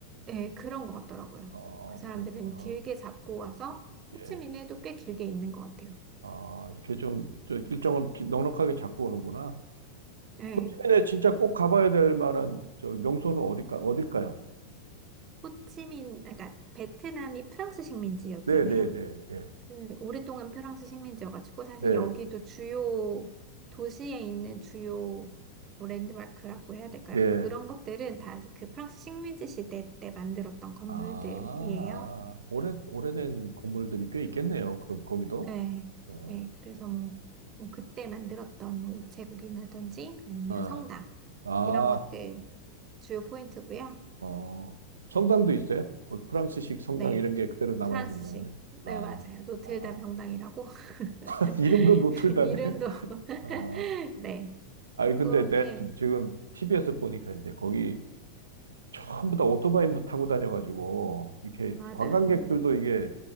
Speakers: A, on the right; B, on the right.
A: 예, 그런 것 같더라고요.
B: 아,
A: 그 사람들은
B: 그렇구나.
A: 길게 잡고 와서
B: 예.
A: 호치민에도 꽤 길게 있는 것 같아요.
B: 아, 이렇게 좀, 저 일정을 기- 넉넉하게 잡고 오는구나.
A: 예.
B: 호치민에 진짜 꼭 가봐야 될 만한 저 명소는 어딜까, 어딜까요?
A: 호치민, 그러니까 베트남이 프랑스 식민지였잖아요.
B: 네, 네, 네, 네,
A: 그 오랫동안 프랑스 식민지여가지고 사실
B: 네,
A: 여기도 주요 도시에 있는 주요 뭐 랜드마크라고 해야 될까요?
B: 예.
A: 그런 것들은 다 그 프랑스 식민지 시대 때 만들었던 건물들이에요.
B: 아, 오래, 오래된 건물들이 꽤 있겠네요. 그럼 거기도.
A: 예,
B: 예.
A: 예, 그래서 뭐, 뭐 그때 만들었던 뭐 우체국이라든지 아니면
B: 아,
A: 성당
B: 아,
A: 이런 것들 주요 포인트고요.
B: 어, 성당도
A: 음,
B: 있어요? 거기 프랑스식 성당
A: 네,
B: 이런 게 그대로 남아
A: 프랑스식.
B: 있는 거네. 아,
A: 네, 맞아요. 노트르담
B: 아.
A: 성당이라고 <laughs>
B: <laughs> 이름도 노틀담이에요?
A: 이름도 <laughs>
B: 아,
A: 네,
B: 아니
A: 그렇게
B: 근데 내가 지- 지금 TV에서 보니까 이제 거기 전부 다 오토바이로 타고 다녀가지고 이렇게
A: 맞아요.
B: 관광객들도
A: 음.
B: 이게